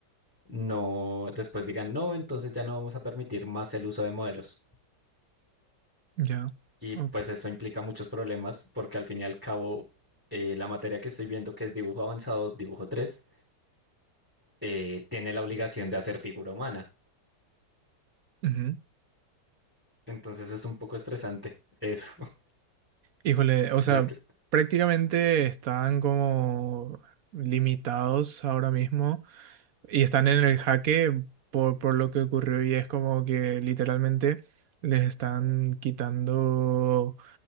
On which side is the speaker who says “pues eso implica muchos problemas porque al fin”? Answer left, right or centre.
Centre